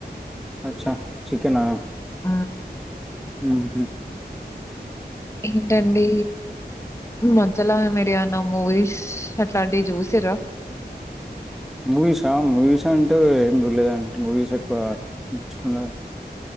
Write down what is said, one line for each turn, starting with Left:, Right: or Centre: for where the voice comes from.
Centre: అచ్చా చికెనా
Left: హ్మ్.
Centre: ఉహు
Left: ఏంటండి మధ్యలో మీరు ఏం అన మూవీస్ అట్లాంటివి చూసార
Centre: మూవీసా మూవీస్ అంటే ఏం చూర్లేదండి మూవీస్ ఎక్కువ ఇంట్రెస్ట్ ఉండదు